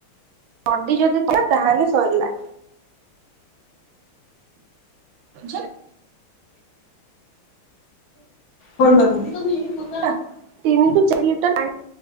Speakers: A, on the right; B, on the left.
A: ବଡି ଯଦି ଥିବ ତାହେଲେ ସରିଲା। ଝା ବେ
B: ଫୋନ୍ କର ମତେ।
A: ଟା ତିନି ଟି ଚାରି ଲିଟର ପାଣି